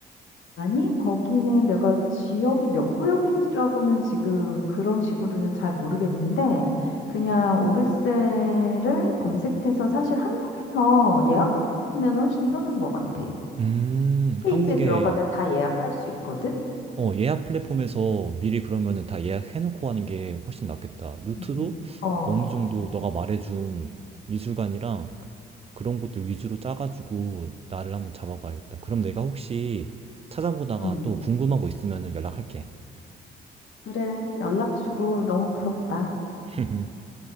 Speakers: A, on the left (about 75°); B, on the right (about 30°).
A: 아니, 거기는 내가 지역이 몇 구역인지라고는 지금 그런 식으로는 잘 모르겠는데, 그냥 오르세를 검색해서 사실 한국에서 예약하면 훨씬 편한 것 같아.
B: 음,
A: 페이지에
B: 한국에
A: 들어가면 다 예약할 수 있거든?
B: 어, 예약 플랫폼에서 미리 그러면은 다 예약해놓고 하는 게 훨씬 낫겠다. 루트도
A: 응응 어,
B: 어느 정도 너가 말해준 미술관이랑 그런 곳들 위주로 짜가지고 나를 한번 잡아봐야겠다. 그럼 내가 혹시 찾아보다가
A: 응.
B: 또 궁금한 거 있으면은 연락할게.
A: 그래, 연락 주고 너무 부럽다.
B: <laughs>